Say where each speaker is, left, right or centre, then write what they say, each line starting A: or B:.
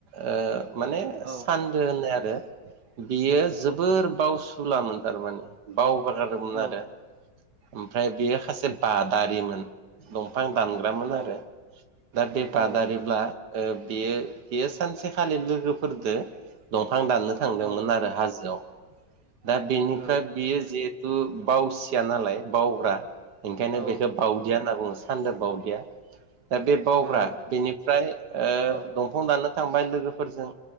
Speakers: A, on the right; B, on the right.
A: ओ माने
B: औ
A: सानदो होननाय आरो बियो जोबोर बावसुलामोन थारमाने बावगारथारोमोन
B: औ
A: आरो ओमफ्राय बेयो खासे बादारिमोन दंफां दानग्रामोन
B: औ
A: आरो दा बे बादारिब्ला
B: औ ओ औ
A: बेयो बेयो सानसेखालि लोगोफोरदो दंफां दाननो थांदोंमोन
B: औ
A: आरो हाजोआव दा बेनिफ्राय
B: औ
A: बियो जिहेथु बावसिया नालाय बावग्रा ओंखायनो
B: औ
A: बेखौ बावदिया होनना बुङो सान्दो बावदिया दा बे बावग्रा
B: औ
A: बेनिफ्राय ओ
B: औ
A: दंफां दानानो थांबाय लोगोफोरजों